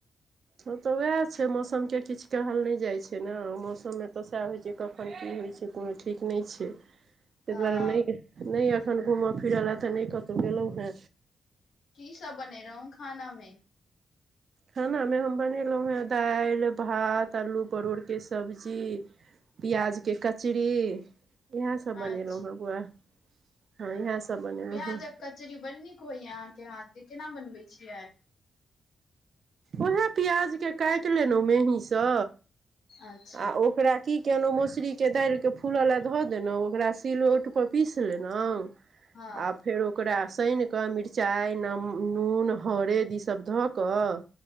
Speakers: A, on the right; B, on the left.
A: हँ, तऽ उएह छै, मौसमके किछु कहल नहि जाइ छै ने, मौसममे तऽ सएह होइ छै। जे कखन की होइ छै, कोनो ठीक नहि छै। ताहि
B: हँ
A: दुआरे एखन घूमय फिरय लेल कतहु नहि गेलहुँ हेँ।
B: की सभ बनेलहुँ खाना मे?
A: खाना मे हम बनौलहुँ हेँ दालि भात। तऽ आलू परोरके सब्जी, पियाजके कचरी। इएह सब बनेलहुँ
B: अच्छा
A: हँ बौआ, हँ इएह
B: ओ
A: सब बनेलहुँ
B: प्याजक
A: हँ।
B: कचरी बड़ नीक होइया, अहाँके हाथके केना बनबैत छियै?
A: उएह पियाजके काटि लेलहुँ महीसँ
B: अच्छा
A: आ ओकरा। की केलहुँ मौसरीके दायिल के फूलऽ लए धऽ देलहुँ ओकरा सिलौ टपर पीस लेलौं
B: हँ
A: आब फेर ओकरा सानिकऽ मिरचाइ नम नून हरद ईसब धऽ कऽ